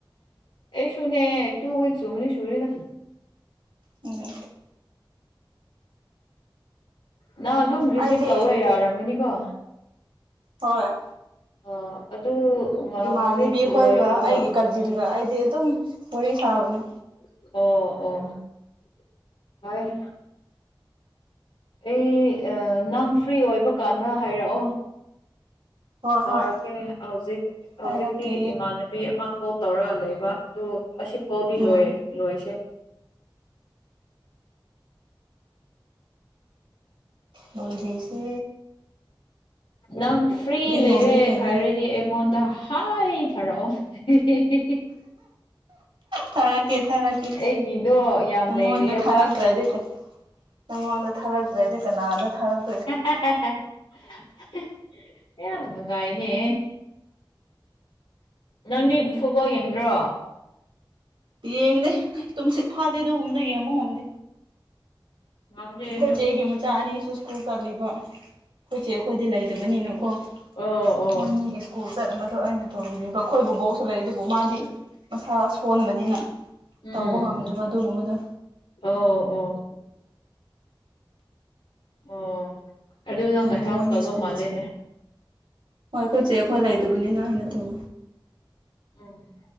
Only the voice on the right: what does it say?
ꯎꯝ
ꯑꯩꯗꯤ
ꯍꯣꯏ
ꯏꯃꯥꯟꯅꯕꯤ
ꯑꯩꯈꯣꯏꯒ
ꯑꯩꯒꯤ ꯀꯥꯖꯤꯟꯒ
ꯑꯩꯗꯤ ꯑꯗꯨꯝ ꯋꯥꯔꯤ ꯁꯥꯕꯅꯦ
ꯍꯣꯏ
ꯍꯣꯏ
ꯍꯥꯏꯔꯛꯀꯦ
ꯎꯝ
ꯅꯣꯏꯕꯤꯁꯦ
ꯂꯣꯏꯔꯦ ꯀꯩꯅꯣ
ꯊꯥꯔꯛꯀꯦ ꯊꯥꯔꯛꯀꯦ
ꯅꯪꯉꯣꯟꯗ
ꯊꯥꯔꯛꯇ꯭ꯔꯗꯤꯀꯣ ꯅꯪꯉꯣꯟꯗ ꯊꯥꯒꯇ꯭ꯔꯦꯗꯤ ꯀꯅꯥꯗ ꯊꯥ
ꯌꯦꯡꯗꯦ ꯇꯨꯝꯁꯤꯠ ꯐꯥꯗꯦ ꯑꯗꯨꯒꯨꯝꯕꯗ ꯌꯦꯡꯕ ꯉꯝꯗꯦ
ꯑꯩꯈꯣꯏꯆꯦꯒꯤ
ꯃꯆꯥ ꯑꯅꯤꯁꯨ ꯁ꯭ꯀꯨꯜ ꯆꯠꯂꯤꯕ ꯑꯩꯈꯣꯏꯆꯦ ꯑꯩꯈꯣꯏꯗꯤ ꯂꯩꯇꯕꯅꯤꯅꯀꯣ
ꯃꯣꯏꯅꯤꯒꯦꯁ ꯁ꯭ꯀꯨꯜ ꯆꯠꯅꯕꯗꯣ ꯑꯩꯅ ꯇꯧꯔꯤꯅꯦꯕ ꯑꯩꯈꯣꯏꯕꯨ ꯕꯣꯛꯁꯨ ꯂꯩ ꯑꯗꯨꯕꯨ ꯃꯥꯗꯤ ꯃꯁꯥ ꯁꯣꯟꯕꯅꯤꯅ
ꯇꯧꯕ ꯉꯝꯗꯦꯕ ꯑꯗꯨꯒꯨꯝꯕꯗꯣ
ꯑꯗꯨꯒꯤ
ꯃꯣꯏꯅꯤ
ꯁ꯭ꯀꯨꯜꯁꯦ
ꯍꯣꯏ ꯑꯩꯈꯣꯏꯁꯦ ꯑꯩꯈꯣꯏ ꯂꯩꯗꯕꯅꯤꯅ ꯑꯩꯅ ꯇꯧ